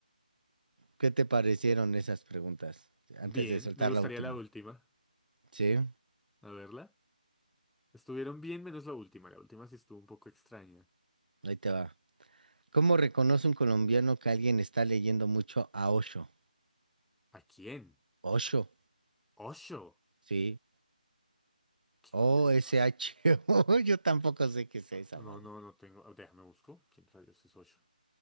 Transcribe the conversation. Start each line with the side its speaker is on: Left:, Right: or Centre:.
Right: ¿qué te parecieron esas preguntas?
Centre: Bien,
Right: Antes de soltar
Centre: me gustaría
Right: la última.
Centre: la última.
Right: Sí.
Centre: A verla. Estuvieron bien menos la última. La última sí estuvo un poco extraña.
Right: Ahí te va. ¿Cómo reconoce un colombiano que alguien está leyendo mucho a Osho?
Centre: ¿A quién?
Right: Osho,
Centre: ¿Osho?
Right: sí.
Centre: ¿Quién
Right: O-S-H-O.
Centre: putas es Osho?
Right: <laughs> Yo tampoco sé qué sea esa
Centre: No,
Right: madre.
Centre: no, no tengo. ah, Déjame busco. ¿Quién rayos es Osho?